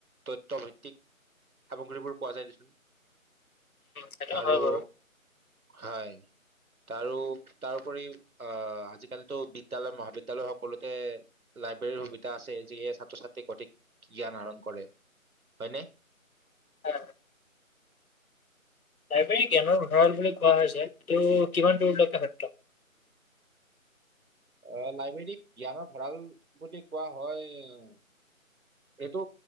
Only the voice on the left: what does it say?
সেইটো উম।
হয় বাৰু।
অ'! লাইব্ৰেৰী জ্ঞানৰ ভঁৰাল বুলি কোৱা হৈছে। এইটো কিমান দূৰলৈকে সত্য?